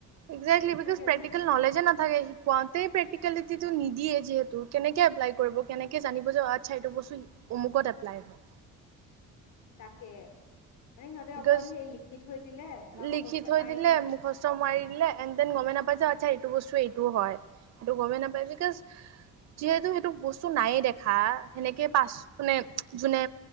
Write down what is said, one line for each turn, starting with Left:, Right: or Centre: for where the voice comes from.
Right: ইটজেক্টলি বিকজ
Left: ত সিহঁতে
Right: প্ৰক্টিকেল
Left: সেইটো
Right: নলেজে নাথাকে শিকাওতে প্ৰেক্টিকেল দিয়ে যিহেতু কেনেকে এপ্লাই কৰিব কেনেকে জানিব যে অ আচ্ছা এইটো বস্তু অমুকত এপ্লাই হয়
Left: তাকে মানে সিহঁতে
Right: বিকজ
Left: অকল সেই লিখি থৈ দিলে বা মুখস্থ
Right: লিখি থৈ
Left: মাৰি
Right: দিলে মুখস্থ মাৰি দিলে এন দেন গমে নাপাই আচ্ছা সেইটো বস্তু এইটোও হয় সেইটো গমেই নাপায় বিকজ যিহেতু সেইটো বস্তু নায়ে দেখা সেনেকে পাছ মানে যোনে